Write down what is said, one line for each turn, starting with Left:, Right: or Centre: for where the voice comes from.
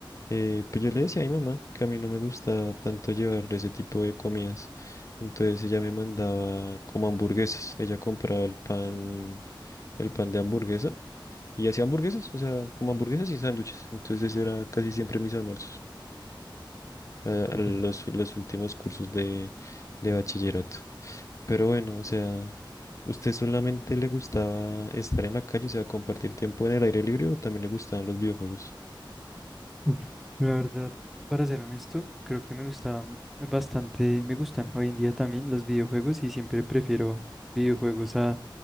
Left: eh, pues yo le decía a mi mamá que a mí no me gustaba tanto llevarle ese tipo de comidas. Entonces ella me mandaba como hamburguesas. Ella compraba el pan, el pan de hamburguesa y hacía hamburguesas, o sea, como hamburguesas y sándwiches. Entonces ese era casi siempre mis almuerzos, eh,
Centre: Vale.
Left: a los, los últimos cursos de, de bachillerato. Pero bueno, o sea, ¿usted solamente le gustaba estar en la calle, o sea, compartir tiempo en el aire libre o también le gustaban los videojuegos?
Centre: Uf, La verdad, para ser honesto, creo que me gustaban bastante, me gustan hoy en día también los videojuegos y siempre prefiero videojuegos a